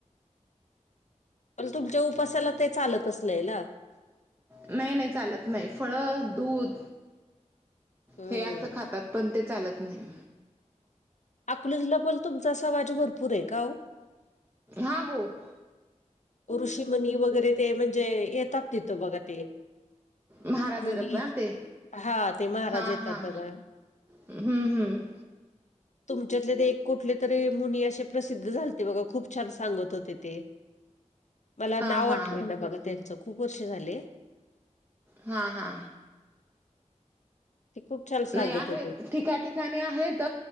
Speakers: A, on the left; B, on the right.
A: पण तुमच्या उपासाला ते चालतच नाही ना?
B: नाही, नाही चालत नाही फळ दूध
A: हम्म.
B: हे असं खातात पण ते चालत नाही.
A: अकलुजला पण तुमचा समाज भरपूर आहे का ओ?
B: हा, हो!
A: ऋषीमुनी वगैरे ते म्हणजे येतात तिथं बघा ते.
B: महाराज
A: मुनी,
B: येतात ना ते
A: हा ते महाराज
B: हा
A: येतात
B: हा
A: बघा.
B: हम्म, हम्म
A: <inaudible> तुमच्यातले ते एक कुठले तरी मुनी असे प्रसिद्ध झालते बघा खूप छान सांगत होते ते. मला
B: हा
A: नाव
B: हा
A: आठवेना बघा त्यांचं खूप वर्ष झाले.
B: हा, हा
A: ते खूप छान सांगत
B: नाही आहेत,
A: होते.
B: ठिका -ठिकाणी आहेत.